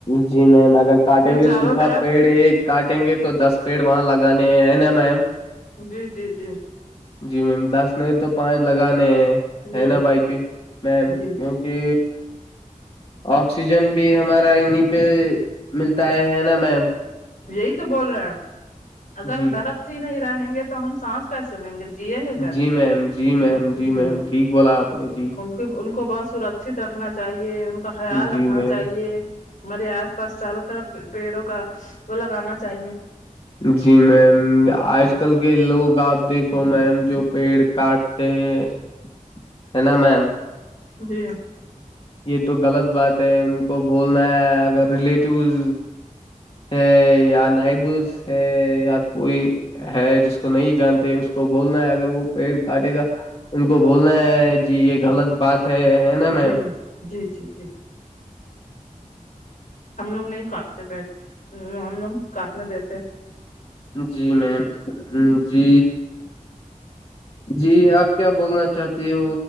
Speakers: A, on the left; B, on the left.
A: جی میم اگر کاٹیں
B: اپنے
A: گے
B: چاروں
A: سوکھا
B: طرف
A: پیڑ ایک کاٹیں گے تو دس پیڑ وہاں لگانے ہیں نا میم
B: جی جی جی
A: جی میم دس نہیں تو پانچ لگانے ہیں ہے
B: جی
A: نا بھائی کی میم
B: جی
A: کی کہ آکسیجن بھی ہمارا انیں پہ ملتا ہے ہے نا میم
B: یہی تو بول رہے ہیں اگر
A: جی
B: وہ درخت ہی نہیں رہیں گے تو ہم سانس کیسے لیں گے جیئیں گے کیسے
A: جی میم جی میم جی
B: اس
A: میم
B: لیے
A: ٹھیک بولا آپ نے جی
B: ان ان کو بہت سرکچت رکھنا چاہیے ان کا خیال
A: جی
B: رکھنا
A: میم
B: چاہیے ہمارے آس پاس چاروں طرف پیڑوں کا وہ لگانا چاہیے
A: جی میم آج
B: جی
A: کل کہ لوگ آپ دیکھو میم جو پیڑ کاٹتے ہیں ہے نا میم
B: جی
A: یہ تو غلط بات ہے ان کو بولنا ہے اگر ریلیٹیوز ہے یا نائبرس ہے یا کوئی ہے جس کو نہیں جانتے اس کو بولنا ہے اگر وہ پیڑ کاٹے گا ان کو بولنا ہے جی یہ غلط بات ہے ہے
B: جی
A: نا میم
B: جی جی جی ہم لوگ نہیں کاٹتے پیڑ ہم لوگ کاٹنے دیتے
A: جی میم جی جی آپ کیا بولنا چاہتی ہو